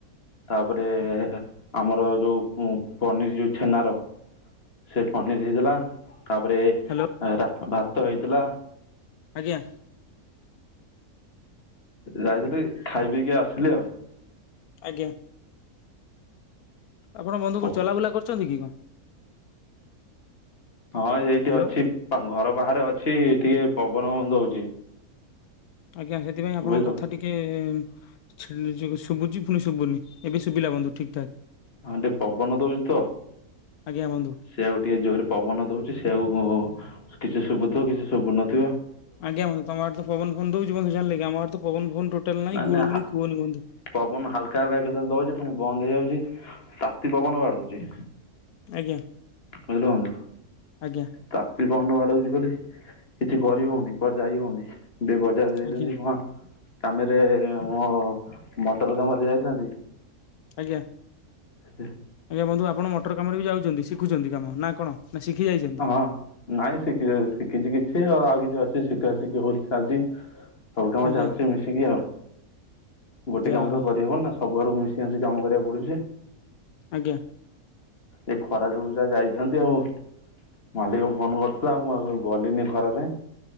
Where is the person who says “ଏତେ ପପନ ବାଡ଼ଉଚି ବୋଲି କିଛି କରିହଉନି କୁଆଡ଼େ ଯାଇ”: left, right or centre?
Left